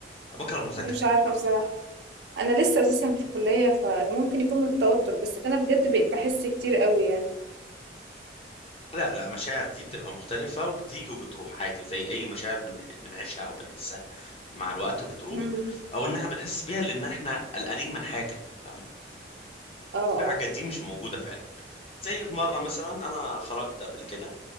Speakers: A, on the left; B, on the right.
A: بكره المذاكره
B: مش عارفة
A: أنا-
B: بصراحة انا لسه اساسا في كلية فممكن يكون من التوتر بس انا بجد بقيت بحس كتير قوي يعني
A: لا لا المشاعر دي بتبقى مختلفه وبتيجي وبتروح عادي زي اي مشاعر بنح- بنعيشها او بنحسها مع الوقت بتروح
B: مم.
A: او ان احنا بنحس بيها لان احنا قلقانين من حاجه فاهمه
B: اه
A: حاجه
B: اه
A: دي مش موجوده فعلا زي في مرة مثلا أنا خرجت قبل كده